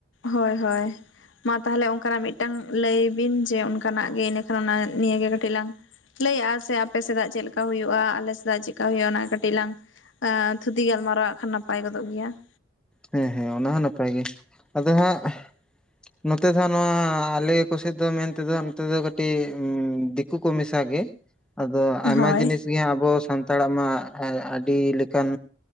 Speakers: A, on the left (about 75°); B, in the centre.
A: ᱦᱳᱭ ᱦᱳᱭ ᱢᱟ ᱛᱟᱦᱚᱞᱮ ᱚᱱᱠᱟᱱᱟᱜ ᱢᱤᱫᱴᱟᱝ ᱞᱟᱹᱭ ᱵᱤᱱ ᱡᱮ ᱚᱱᱠᱟᱱᱟᱜ ᱜᱮ ᱤᱱᱟᱹ ᱠᱷᱟᱱ ᱚᱱᱟ ᱱᱤᱭᱟᱹᱜᱮ ᱠᱟᱹᱴᱤᱡ ᱞᱟᱝ ᱞᱟᱹᱭᱮᱜᱼᱟ ᱥᱮ ᱟᱯᱮ ᱥᱮᱫᱟᱜ ᱪᱮᱫ ᱞᱮᱠᱟ ᱦᱩᱭᱩᱜᱼᱟ ᱟᱞᱮ ᱥᱮᱫᱟᱜ ᱪᱮᱫᱠᱟ ᱦᱩᱭᱩᱜᱼᱟ ᱚᱱᱟ ᱠᱟᱹᱴᱤᱡ ᱞᱟᱝ ᱟ ᱛᱷᱩᱛᱤ‌ ᱜᱟᱞᱢᱟᱨᱟᱣ ᱟᱜ ᱠᱷᱟᱱ ᱱᱟᱯᱟᱭ ᱜᱚᱫᱚᱜ ᱜᱮᱭᱟ ᱾
B: ᱦᱮᱸ ᱦᱮᱸ ᱚᱱᱟ ᱦᱚᱸ ᱱᱟᱯᱟᱭ ᱜᱮ ᱟᱫᱚ ᱦᱟᱸᱜ ᱱᱚᱛᱮ ᱫᱚ ᱱᱚᱣᱟ ᱟᱞᱮ ᱠᱚᱥᱮᱫ ᱫᱚ ᱢᱮᱱ ᱛᱮᱫᱚ ᱱᱚᱛᱮ ᱫᱚ ᱠᱟᱹᱴᱤᱡ ᱫᱤᱠᱩ ᱠᱚ ᱢᱮᱥᱟᱜ ᱜᱮ ᱟᱫᱚ ᱟᱭᱢᱟ
A: ᱦᱳᱭ
B: ᱡᱤᱱᱤᱥ ᱜᱮ ᱦᱟᱜ ᱟᱵᱚ ᱥ ᱥᱟᱱᱛᱟᱲᱟᱜ ᱢᱟ ᱟᱹᱰᱤ ᱞᱮᱠᱟᱱ